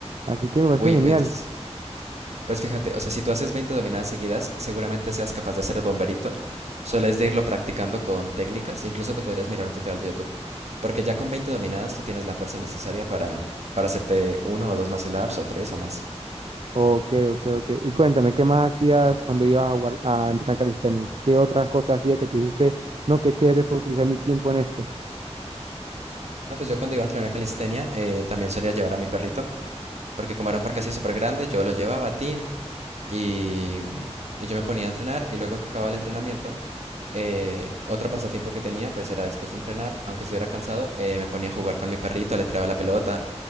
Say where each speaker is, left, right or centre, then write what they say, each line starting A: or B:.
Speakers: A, on the right (about 55°); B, on the right (about 70°).
A: Así que me parece
B: Uy,
A: genial.
B: pues. Pues fíjate, o sea, si tú haces 20 dominadas seguidas, seguramente seas capaz de hacer el bomberito. Solo es de irlo practicando con técnicas. Incluso te podrías mirar un tutorial de YouTube. Porque ya con 20 dominadas tú tienes la fuerza necesaria para, para hacerte uno o dos más ups o tres o más.
A: Ok, ok, ok. Y cuéntame, ¿qué más hacías cuando ibas a, guar- a entrenar calistenia? ¿Qué otras cosas hacías que tú dijiste, no, qué chévere fue utilizar mi tiempo en esto?
B: No, pues yo cuando iba a entrenar calistenia eh, también solía llevar a mi perrito. Porque como era un parque así súper grande, yo lo llevaba a tin. Y, y yo me ponía a entrenar y luego que acababa el entrenamiento, eh, otro pasatiempo que tenía pues era después de entrenar, aunque estuviera cansado, eh, me ponía a jugar con mi perrito, le tiraba la pelota